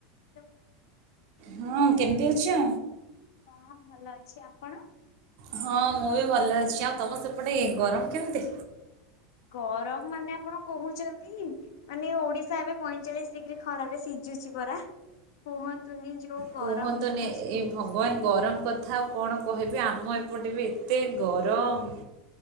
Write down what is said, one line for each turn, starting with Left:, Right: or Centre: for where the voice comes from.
Left: <unintelligible>
Right: ହଁ କେମିତି ଅଛ?
Left: ହଁ ଭଲ ଅଛି। ଆପଣ?
Right: ହଁ ମୁଁ ବି ଭଲ ଅଛି। ଆଉ ତମ ସେପଟେ ଗରମ କେମିତି?
Left: ଗରମ ମାନେ ଆପଣ କହୁଚନ୍ତି। ମାନେ ଓଡିଶା ଏବେ ପଇଁଚାଳିଶ ଡିଗ୍ରୀ ଖରାରେ ସିଝୁଚି ପରା। କୁହନ୍ତୁନି ଯୋଉ ଗରମ
Right: କୁହନ୍ତୁନି
Left: ହଉଛି
Right: ଏ ଭଗବାନ ଗରମ କଥା ଆଉ କଣ କହିବି ଆମ ଏପଟେ ବି ଏତେ ଗରମ।